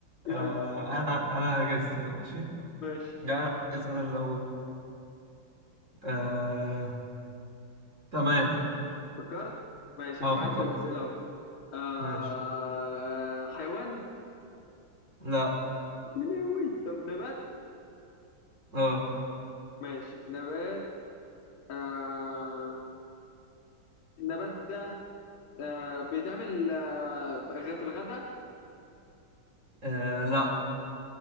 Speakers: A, on the left; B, on the right.
A: يلا
B: آه أنا أنا هجس بقى ماشي
A: ماشي
B: جاي هجس أنا اللي أقول آه تمام
A: فكرت ماشي
B: أه
A: انا بعد
B: فكرت
A: الاسئله اهو آه...
B: ماشي
A: حيوان
B: لا
A: يا لهوي طب نبات
B: أه
A: ماشي نبات آه... النبات ده آه... بيتعمل آه... في الغ- في الغداء
B: آه، لا